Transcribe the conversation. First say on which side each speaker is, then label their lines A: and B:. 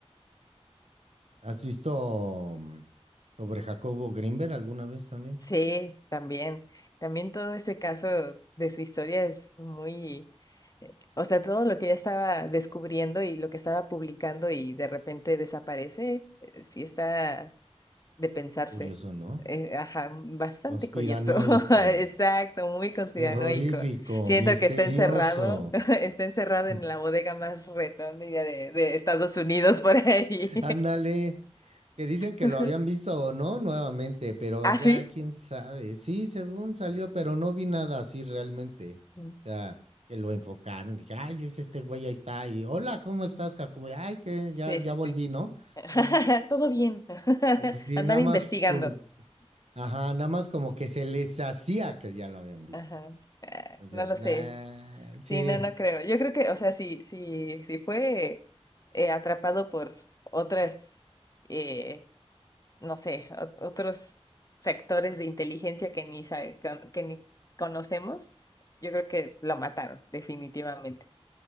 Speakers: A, on the right; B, on the left.
A: ¿Has visto mm, sobre Jacobo Grinberg alguna vez también?
B: Sí, también, también todo ese caso de su historia es muy, eh, o sea, todo lo que ella estaba descubriendo y lo que estaba publicando y de repente desaparece, eh, sí está de pensarse.
A: Curioso, ¿no?
B: Eh, ajá, bastante
A: Conspiranoico,
B: curioso. <laughs> Exacto, muy conspiranoico.
A: terrorífico,
B: Siento
A: misterioso.
B: que está encerrado, <laughs> está encerrado
A: <laughs>
B: en la bodega más retonda de, de Estados Unidos por ahí.
A: Ándale, que dicen que
B: <laughs>
A: lo habían visto o no nuevamente, pero
B: ¿Ah,
A: ya
B: sí?
A: quién sabe. Sí, según salió, pero no vi nada así realmente.
B: Mm,
A: O sea, que lo enfocaron, dije, ay, es este güey, ahí está, y hola, ¿cómo estás, Jacobo? Y, Ay, que
B: Sí,
A: ya, ya
B: sí, sí.
A: volví, ¿no?
B: <laughs>
A: No,
B: Todo bien. <laughs>
A: pues sí,
B: Andaba
A: nada más,
B: investigando.
A: como- ajá, nada más como que se les hacía que ya lo habían visto.
B: Ajá. Ah,
A: Entonces,
B: No lo sé.
A: nah,
B: Sí,
A: sí.
B: no, no creo. Yo creo que, o sea, si, si, si fue eh, atrapado por otras. eh, no sé, o- otros sectores de inteligencia que ni, sabe- que, que ni conocemos, yo creo que lo mataron, definitivamente.